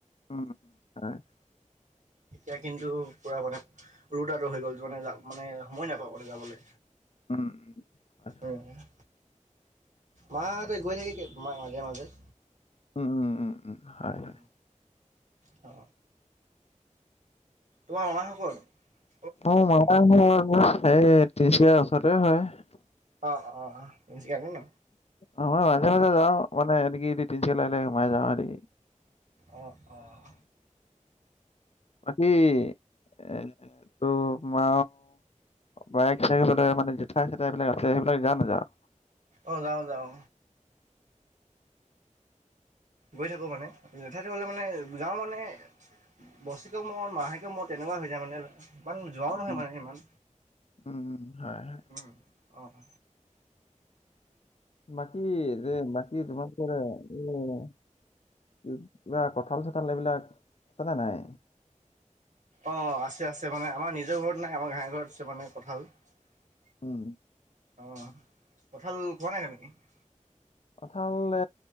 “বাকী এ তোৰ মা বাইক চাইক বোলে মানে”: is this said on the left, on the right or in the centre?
Left